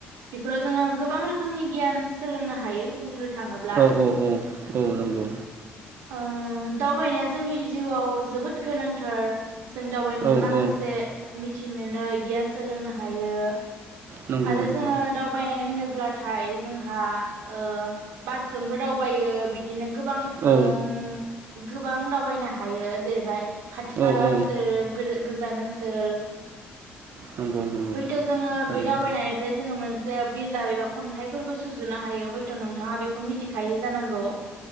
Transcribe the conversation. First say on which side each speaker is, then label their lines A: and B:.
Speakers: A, on the right; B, on the right.
A: बेफोराव जोङो गोबां रोखोमनि गियान सोलोंनो हायो बुंनो थाङोब्ला
B: औ औ औ औ नंगौ
A: ओ दावबायनाया जोंनि जिउआव जोबोद गोनांथार जों दावाइनिफाय
B: औ
A: माखासे
B: औ
A: मि थि मोनै गियान सोलोंनो हायो
B: नंगौ
A: आरो
B: नंगौ
A: जोङो दावबायनाय होनोब्ला ब्लाथाय जोंहा ओ बासजोंबो दावबायो बि दिनो गोबां
B: औ
A: ओं गोबां दावबायनो हायो जेरैहाय खाथि
B: औ
A: खाला
B: औ
A: ओनसोर गोरो गोजान ओनसोल
B: नंगौ नंगौ
A: हयथ' जोङो
B: थारैनो
A: बे दावबायनायफ्राय जोङो मोनस जे बिजाब एबा खन्थाइफोरखौ सुजुनो हायो हयट' नोंथाङा बेखौ मिथिखायो जानांगौ